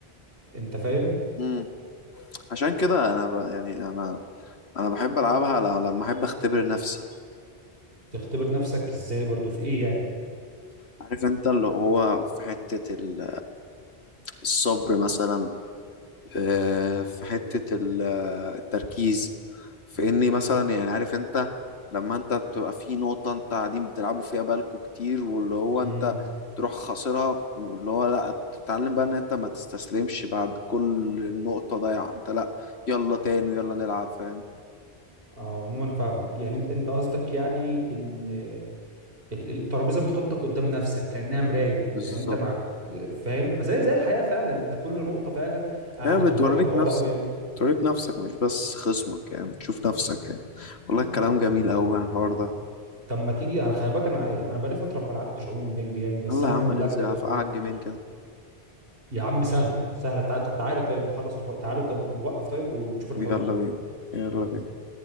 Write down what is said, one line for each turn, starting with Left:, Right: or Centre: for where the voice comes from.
Right: انت فاهم
Left: امم عشان كده انا ب... يعني انا انا بحب العبها ل- لما احب اختبر نفسي
Right: تختبر نفسك ازاي برضو في ايه يعني
Left: عارف انت اللي هو في حتة ال- الصبر مثلا آه، في حتة ال- التركيز في اني مثلا يعني عارف انت لما انت بتبقى في نقطة انت قاعدين بتلعبوا فيها بالكوا كتير واللي هو انت
Right: امم
Left: تروح خاسرها اللي هو لا تتعلم بقى ان انت ما تستسلمش بعد كل نقطة ضايعة انت لا يلا تاني ويلا نلعب فاهم
Right: عموما فاهمك يعني انت انت قصدك يعني ان ال- الترابيزه بتحطك قدام نفسك كانها مرايه
Left: بالظبط
Right: يعني انت مع فاهم زي زي الحياه فعلا انت كل نقطه فعلا آه،
Left: لا
Right: احنا
Left: بتوريك
Right: كبرنا الحوار
Left: نفسك
Right: قوي يعني
Left: بتوريك نفسك مش بس خصمك يعني بتشوف نفسك يعني والله الكلام جميل أوي عن الحوار ده
Right: طب ما تيجي انا خلي بالك انا يعني انا بقالي فتره ما لعبتش عموما بنج يعني بس
Left: يلا
Right: انا
Left: يا
Right: بحب
Left: عم ننزل
Right: اللعبه دي قوي
Left: على قعد
Right: بحب...
Left: جيمين كده
Right: يا عم سهله سهله تع... طب تعالى طيب نخلص الحوار تعالى طب وقف طيب ونشوف الحوار
Left: يلا
Right: ده
Left: بينا يلا
Right: يلا
Left: بينا